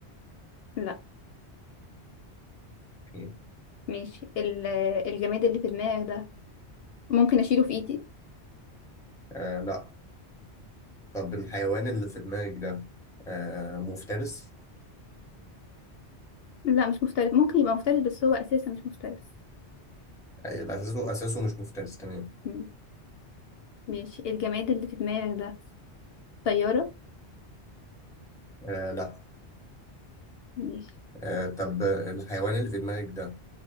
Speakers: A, on the left; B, in the centre.
A: لا
B: اوكي
A: ماشي ال- الجماد اللي في دماغك ده ممكن اشيله في ايدي
B: آه لا طب الحيوان اللي في دماغك ده آه مفترس
A: لا مش مفترس ممكن يبقى مفترس بس هو اساسا مش مفترس
B: آه، لا، اساسه اساسه مش مفترس تمام
A: مم. ماشي الجماد اللي في دماغك ده طيارة
B: آه لا
A: ماشي
B: آه طب الحيوان اللي في دماغك ده